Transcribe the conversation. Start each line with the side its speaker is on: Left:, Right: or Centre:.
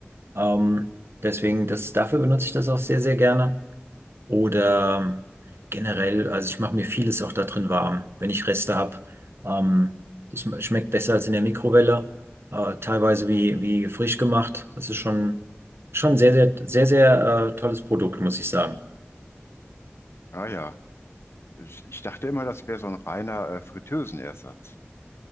Right: Ähm, deswegen, das, dafür benutze ich das auch sehr, sehr gerne. Oder generell, also ich mache mir vieles auch da drin warm, wenn ich Reste habe. Ähm, das schme- schmeckt besser als in der Mikrowelle, äh, teilweise wie, wie frisch gemacht. Das ist schon, schon sehr, sehr, sehr, sehr äh, tolles Produkt, muss ich sagen.
Left: Ah ja, ich, ich dachte immer, das wäre so ein reiner äh, Fritteusenersatz.